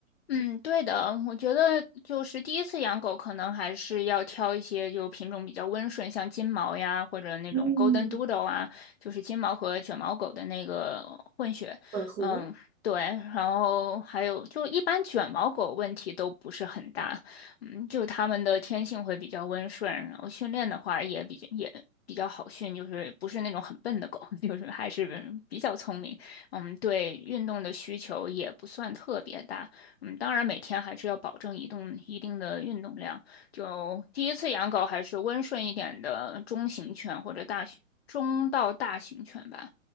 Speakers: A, on the left; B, on the right.
A: 嗯，对的，我觉得就是第一次养狗，可能还是要挑一些就品种比较温顺，像金毛呀，或者那种
B: 嗯，
A: Golden Doodle 啊，就是金毛和卷毛狗的那个混血。
B: 混合。
A: 嗯，对，然后还有就一般卷毛狗问题都不是很大，嗯，就它们的天性会比较温顺，然后训练的话也比较也。比较好训，就是不是那种很笨的狗，<laughs> 就是还是比较聪明。嗯，对运动的需求也不算特别大。嗯，当然每天还是要保证移动一定的运动量。就第一次养狗还是温顺一点的中型犬或者大型中到大型犬吧。